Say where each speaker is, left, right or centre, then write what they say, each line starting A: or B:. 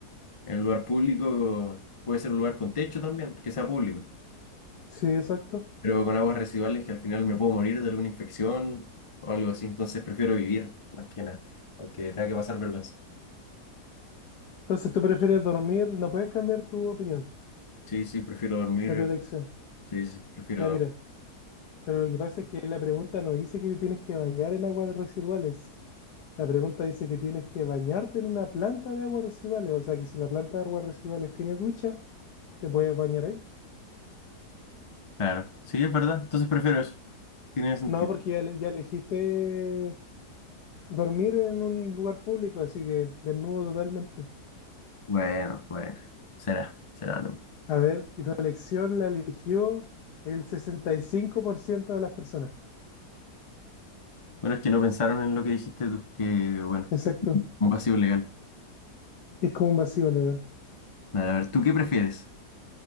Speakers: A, on the left; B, on the left.
A: en un lugar público puede ser un lugar con techo también, que sea público,
B: sí, exacto.
A: pero con aguas residuales que al final me puedo morir de alguna infección o algo así, entonces prefiero vivir más que nada, aunque tenga que pasar vergüenza.
B: Entonces tú prefieres dormir, no puedes cambiar tu opinión.
A: Sí, sí, prefiero dormir,
B: Esa es
A: eh.
B: tu elección.
A: sí, sí, prefiero
B: Ya
A: dormir.
B: mira, pero lo que pasa es que la pregunta no dice que te tienes que bañar en aguas residuales. La pregunta dice que tienes que bañarte en una planta de aguas residuales. O sea que si la planta de aguas residuales tiene ducha, te puedes bañar ahí.
A: Claro, sí, es verdad, entonces prefiero eso, tiene sentido.
B: No, porque ya, le- ya elegiste dormir en un lugar público, así que desnudo totalmente.
A: Bueno, bueno, será, será no.
B: A ver, y tu elección la eligió el 65% de las personas.
A: Bueno, es que no pensaron en lo que dijiste tú, que bueno,
B: Exacto.
A: un vacío legal.
B: Es como un vacío legal.
A: Vale, a ver, ¿tú qué prefieres?